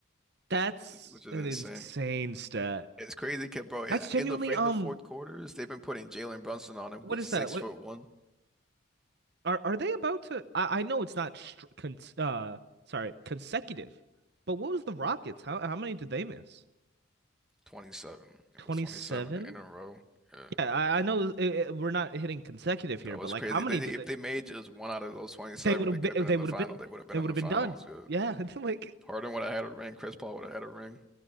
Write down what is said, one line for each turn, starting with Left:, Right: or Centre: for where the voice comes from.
Right: That's
Centre: which is, which is
Right: an
Centre: insane.
Right: insane stat.
Centre: It's crazy, kid, bro.
Right: That's genuinely
Centre: In the in
Right: um
Centre: the fourth quarters, they've been putting Jalen Brunson on him,
Right: what
Centre: who's
Right: is
Centre: six
Right: that? What
Centre: foot one,
Right: Are are they about to? I, I know it's not str con uh sorry consecutive, but what was the Rockets? How how many did they miss?
Centre: twenty-seven. It
Right: 27?
Centre: was 27 in a row. Yeah.
Right: Yeah, I, I know it, it- we're not hitting consecutive here,
Centre: Bro,
Right: but
Centre: it's
Right: like
Centre: crazy.
Right: how many
Centre: They
Right: did
Centre: if
Right: they
Centre: they made just one out of those 27,
Right: they would have
Centre: they could
Right: been
Centre: have been
Right: they
Centre: in
Right: would
Centre: the final.
Right: have been
Centre: They would have been
Right: they would
Centre: in the
Right: have been
Centre: finals.
Right: done.
Centre: Uh,
Right: Yeah, <laughs> I think, like
Centre: Harden would have had a ring. Chris Paul would have had a ring.